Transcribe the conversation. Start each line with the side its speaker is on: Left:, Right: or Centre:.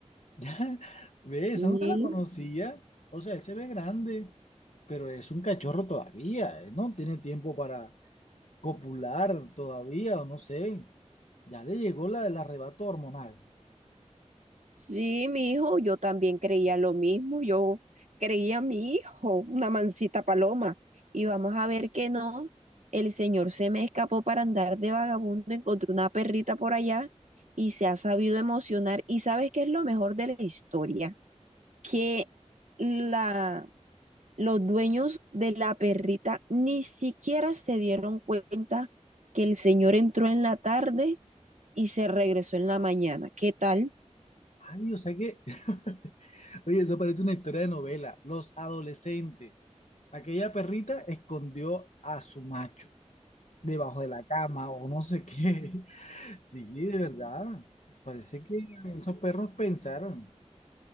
Left: Ya, ve, esa
Right: Bien,
Left: no se la conocía. O sea, él se ve grande, pero es un cachorro todavía. Él no tiene tiempo para copular todavía, o no sé. Ya le llegó la, el arrebato hormonal.
Right: Sí, mi hijo, yo también creía lo mismo, yo creía a mi hijo, una mansita paloma, y vamos a ver que no, el señor se me escapó para andar de vagabundo, encontró una perrita por allá y se ha sabido emocionar. ¿Y sabes qué es lo mejor de la historia? Que la, los dueños de la perrita ni siquiera se dieron cuenta que el señor entró en la tarde y se regresó en la mañana. ¿Qué tal?
Left: Ay, o sea que, <laughs> oye, eso parece una historia de novela. Los adolescentes. Aquella perrita escondió a su macho debajo de la cama o no sé qué. <laughs> Sí, de verdad. Parece que esos perros pensaron.